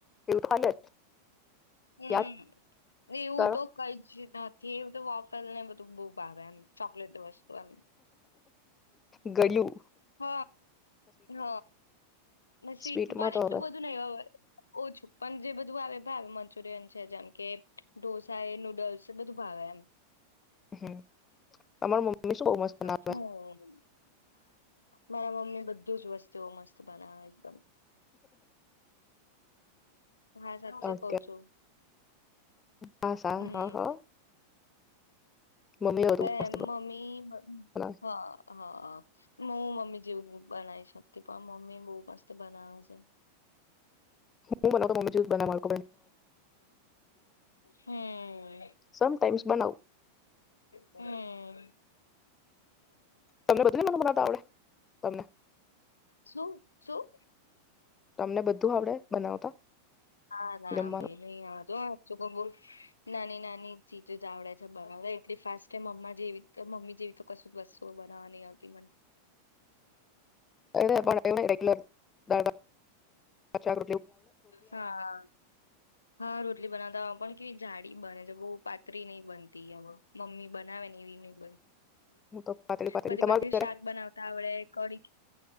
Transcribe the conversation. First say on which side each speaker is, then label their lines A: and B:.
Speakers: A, on the left; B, on the left.
A: એવું હોય જ.
B: હમ્મ
A: યાદ
B: એવું
A: કરો
B: તો કઈ જ નથી. તો વોફલ ને‌ બધું બો ભાવે‌ એમ‌ ચોકલેટ વસ્તુ એમ.
A: ગડીયુ
B: હ હ સ્વીટ
A: સ્વીટમાં
B: પણ
A: તો
B: એટલું
A: હવે
B: બધું ન ઓછું પણ જે બધું બધું આવે ભાવ મંચુરિયન છે, જેમ કે ઢોસા, એ નુડલ્સ, બધું ભાવે એમ.
A: હમ્મ તમાર મમ્મી શું બહુ મસ્ત બનાવે?
B: હમ. મારા મમ્મી બધું જ વસ્તવો મસ્ત બનાવે એકદમ. હા સાચ્ચે
A: બનાવે
B: કઉ છું
A: હા સા
B: હમ્મ
A: હા હા મમ્મી બધું
B: હે
A: મસ્ત
B: મમ્મી
A: બનાવે
B: હા હા હ મમ્મી મમ્મી જેવું બનાવી શકતી પણ મમ્મી બહુ મસ્ત બનાવે છે.
A: હું બનાવતો મમ્મી જેવું બને મારું તો
B: હમ્મ
A: સમટાઈમ્સ બનાવું
B: હમ્મ
A: તમને બધી બનાવતા આવડે તમેં
B: શું શું?
A: તમને બધું આવડે બનાવતા
B: ના ના
A: જમવાનું
B: ભઈ નઈ જો હાચુ કો બો નાની નાની ચીજો જ આવડે છે. બનાવતાં એટલી ફાસ્ટ મમ્મી જેવી મમ્મી જેવી તો કશું વસ્તુ બનાવા ન આવતી મને.
A: અરે‌ પણ <unintelligible> ‌‌ દાળ ભાત અચ્છા
B: હા હા રોટલી બનાતા પણ કે જાડી બને છે. બહુ પાતળી નહીં બનતી મમ્મી બનાવે ને એવી નહ બ
A: હું તો પાતળી પાતળી
B: મને
A: તમારે
B: બધી
A: ઘરે
B: શાક બનાવતા આવડે કડી